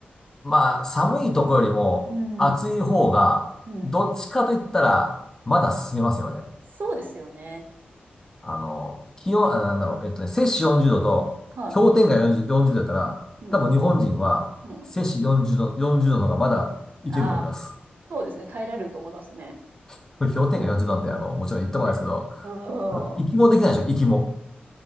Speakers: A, on the left; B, on the right.
A: まあ、寒いとこよりも暑い方が、
B: うん、うん。
A: どっちかと言ったら、まだ進めますよね。
B: はい。そうですよね。
A: あの、気温、あ、なんだろう、えっとね、摂氏40度と氷点下40、
B: は
A: 40度だったら、
B: い。うん、
A: 多分日本人は摂氏40度、
B: うん。
A: 40度の方がまだいけると思います。
B: ああ、そうですね。耐えられると思いますね。
A: <laughs> 氷点下40度なんて、あの、もちろん言ってもないですけど、
B: え、う
A: あの息もできないでしょ、
B: ん。
A: 息も。